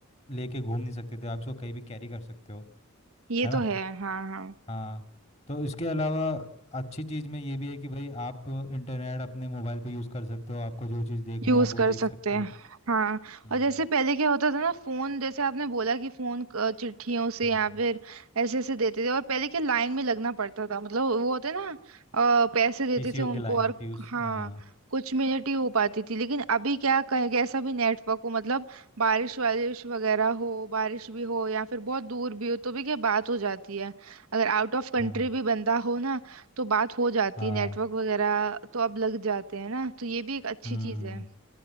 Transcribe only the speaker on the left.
लेके घूम नहीं सकते थे आप इसको कहीं भी कैरी कर सकते हो
है ना
हाँ तो इसके अलावा अच्छी चीज़ में ये भी है कि भाई आप इंटरनेट अपने मोबाइल पे यूज़ कर सकते हो आपको जो चीज़ देखनी
है आप वो
देख
सकते
हो
हम्म
हम्म
पीसीओ
की लाइन
में पीयूष
हाँ
हम्म
हाँ
हम्म